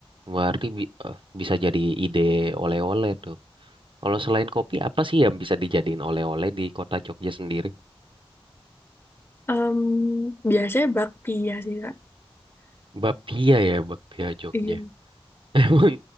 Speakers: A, on the right; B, on the left.
A: Berarti bi- eh, bisa jadi ide oleh-oleh tuh. Kalau selain kopi, apa sih yang bisa dijadiin oleh-oleh di kota Jogja sendiri?
B: Em, biasanya bakpia sih kak.
A: Bapia ya, bapia Jogja.
B: Iya.
A: <laughs> Emang